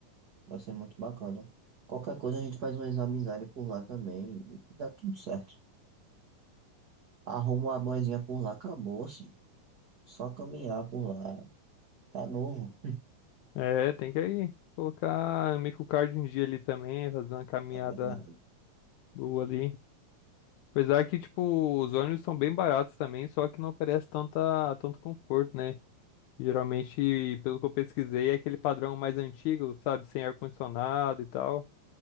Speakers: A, on the right; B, on the left.
A: Vai ser muito bacana. Qualquer coisa a gente faz umas amizades por lá também, e dá tudo certo. Arruma uma boizinha por lá, acabou-se. Só caminhar por lá, tá novo.
B: É, tem que aí colocar meio que o card em dia ali também, fazer uma caminhada
A: É verdade,
B: boa ali. Apesar que, tipo, os ônibus são bem baratos também, só que não oferece tanta, tanto conforto, né? Geralmente, pelo que eu pesquisei, é aquele padrão mais antigo, sabe? Sem ar-condicionado e tal.